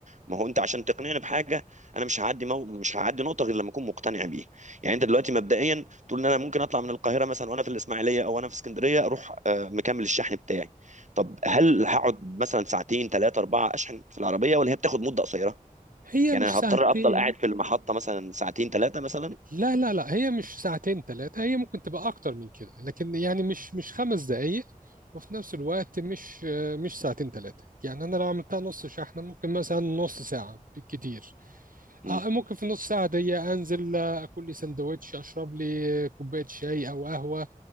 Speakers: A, on the right; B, on the right.
A: ما هو انت عشان تقنعني بحاجة انا مش هعدي مو... مش هعدي نقطة غير لما اكون مقتنع بيها يعني انت دلوقتي مبدئيا تقول ان انا ممكن اطلع من القاهرة مثلا وانا في الاسماعيلية او انا في اسكندرية اروح آه، مكمل الشحن بتاعي طب هل هقعد مثلا ساعتين ثلاثة أربعة اشحن في العربية ولا هي بتاخد مدة قصيرة
B: هي
A: يعني
B: مش
A: انا
B: ساعتين
A: هضطر افضل قاعد في المحطة مثلا ساعتين ثلاثة مثلا
B: لا لا لا هي مش ساعتين ثلاثة هي ممكن تبقى أكتر من كده لكن يعني مش مش خمس دقايق وفي نفس الوقت مش مش ساعتين ثلاثة يعني أنا لو عملتها نص شحنة ممكن مثلا نص ساعة بالكتير
A: مم.
B: آه، ممكن في نص ساعة دي أنزل آه، أكل لي سندوتش أشرب لي كوباية شاي أو قهوة